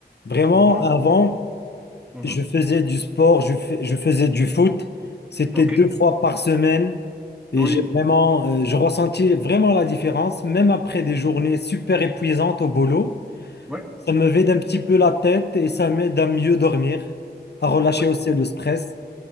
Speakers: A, on the left (about 75°); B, in the centre.
A: Vraiment,
B: Mhm.
A: avant.
B: Mhm.
A: Je faisais du sport, je, fais- je faisais du foot. C'était
B: Ok.
A: deux fois par semaine
B: Oui.
A: et j'ai vraiment, euh, je ressentis vraiment la différence, même après des journées super épuisantes au boulot.
B: Ouais.
A: Ça me vide un petit peu la tête et ça m'aide à mieux dormir, à relâcher
B: Oui.
A: aussi le stress.